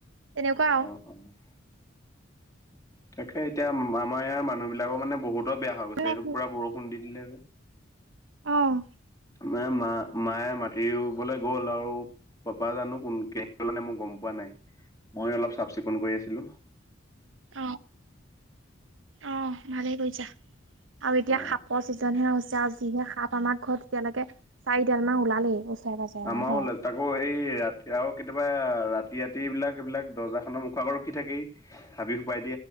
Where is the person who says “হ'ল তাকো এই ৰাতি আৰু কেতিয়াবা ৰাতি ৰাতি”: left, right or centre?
Left